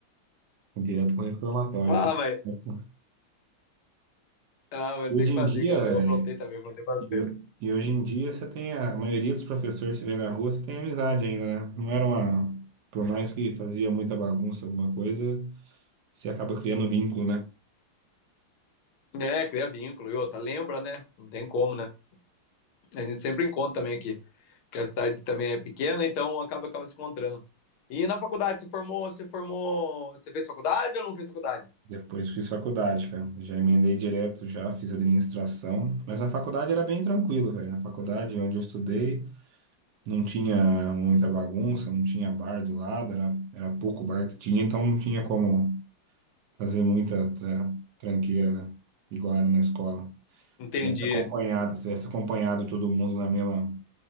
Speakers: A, on the right; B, on the left.
A: direto para o reformatório.
B: Ah,
A: esse-
B: mas,
A: esse-".
B: ah, mas
A: Hoje
B: tem que fazer,
A: em dia,
B: cara. Eu aprontei também, aprontei bastante.
A: E, ho- e hoje em dia você tem a, a maioria dos professores se vê na rua, você tem amizade ainda, né? Não era uma. Por mais que fazia muita bagunça, alguma coisa, você acaba criando vínculo, né?
B: É, cria vínculo. E outra, lembra, né? Não tem como, né? A gente sempre encontra também aqui, que a cidade também é pequena, então acaba, acaba se encontrando. E na faculdade, você formou, você formou, você fez faculdade ou não fez faculdade?
A: Depois fiz faculdade, cara. Já emendei direto, já fiz administração. Mas a faculdade era bem tranquilo, velho. Na faculdade onde eu estudei, não tinha muita bagunça, não tinha bar do lado, era, era pouco bar que tinha, então não tinha como fazer muita tra- tranqueira, né? Igual era na escola.
B: Entendi.
A: tivesse acompanhado, se tivesse acompanhado todo mundo na mesma,